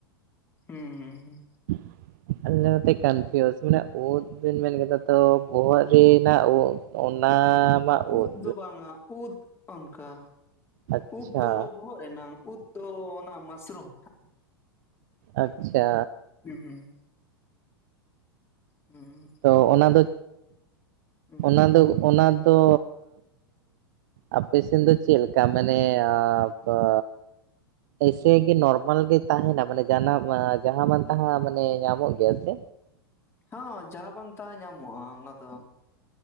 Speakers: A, on the left; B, on the right.
A: ᱦᱩᱸᱻ᱾
B: <inaudible> ᱟᱞᱮ ᱱᱚᱛᱮ ᱠᱚᱱᱯᱷᱤᱭᱩᱥ ᱢᱟᱱᱮ ᱩᱫ ᱵᱤᱱ ᱢᱮᱱ ᱠᱮᱫᱟ ᱛᱚ ᱵᱚᱦᱚᱜ ᱨᱮᱱᱟᱜ ᱩᱵ ᱚᱱᱟ ᱢᱟ
A: ᱩᱵ
B: ᱩᱫ
A: ᱫᱚ ᱵᱟᱝᱟ ᱩᱫ ᱚᱱᱠᱟ
B: ᱟᱪᱪᱷᱟ
A: ᱩᱵ ᱫᱚ ᱵᱚᱦᱚᱜ ᱨᱮᱱᱟᱝ, ᱩᱫ ᱫᱚ ᱚᱱᱟ ᱢᱟᱥᱨᱩᱢ᱾
B: ᱟᱪᱪᱷᱟ᱾
A: ᱦᱩᱸ ᱦᱩᱸ
B: ᱛᱚ ᱚᱱᱟᱫᱚ
A: ᱦᱩᱸ
B: ᱚᱱᱟ ᱫᱚ ᱚᱱᱟᱫᱚ ᱟᱯᱮ ᱥᱮᱱ ᱫᱚ ᱪᱮᱫ ᱞᱮᱠᱟ ᱢᱟᱱᱮ, ᱟ ᱯᱟᱜ ᱮᱭᱥᱟᱹᱜᱮ ᱱᱚᱨᱢᱟᱞ ᱜᱮ ᱛᱟᱦᱮᱱᱟ ᱢᱟᱱᱮ ᱡᱟᱱᱟᱢ ᱡᱟᱦᱟᱸ ᱢᱟᱱ ᱛᱟᱦᱟᱸ ᱢᱟᱱᱮ ᱧᱟᱢᱚᱜ ᱜᱮᱭᱟ ᱥᱮ᱾
A: ᱦᱟᱸ ᱡᱟᱦᱟᱸ ᱵᱟᱝ ᱛᱟᱦᱟᱸ ᱧᱟᱢᱚᱜ-ᱟ ᱚᱱᱟ ᱫᱚ᱾